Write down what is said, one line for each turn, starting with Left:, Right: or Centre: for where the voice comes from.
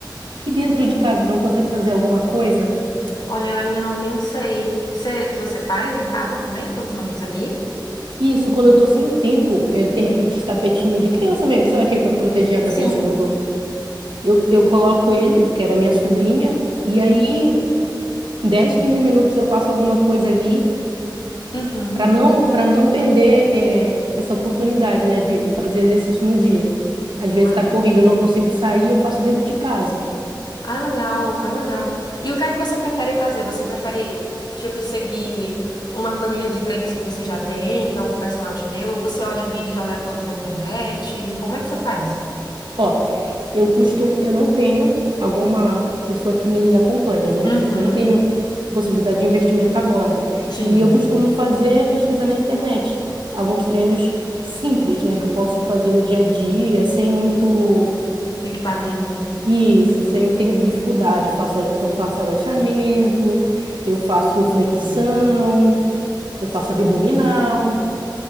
Right: e dentro de casa, tu não consegue fazer alguma coisa?
Left: Olha, eu ainda não pensei. Você, você faz em casa também, quando você não consegue ir?
Right: Isso, quando eu tô sem tempo, eu tenho aquele tapetinho de criança mesmo, sabe aquele para proteger a cabeça
Left: Sim.
Right: quando eu, eu coloco ele, que é da minha sobrinha, e aí em 10, 15 minutos eu faço alguma coisa ali
Left: Uhum.
Right: para não para não perder eh, essa oportunidade, né, de, de fazer exercício no dia. Às vezes
Left: Ah,
Right: tá corrido, eu não consigo sair, eu faço dentro de casa.
Left: ah, legal, ah, legal. E o que é que você prefere fazer? Você prefere, tipo, seguir uma planilha de treinos que você já tem, que algum personal te deu? Ou você olha vídeos aleatórios na internet? Como é que você faz?
Right: Ó, Eu costumo, eu não tenho alguma pessoa que me acompanha, né?
Left: Uhum.
Right: Não tenho possibilidade de investimento agora.
Left: Sim.
Right: E eu costumo fazer pesquisa na internet, alguns treinos simples, né, que eu possa fazer no dia a dia, sem muito
Left: Equipamento, né?
Right: isso, sem ter dificuldade. Eu faço, eu faço agachamento, eu faço
Left: Uhum.
Right: flexão, eu
Left: Sim.
Right: faço abdominal.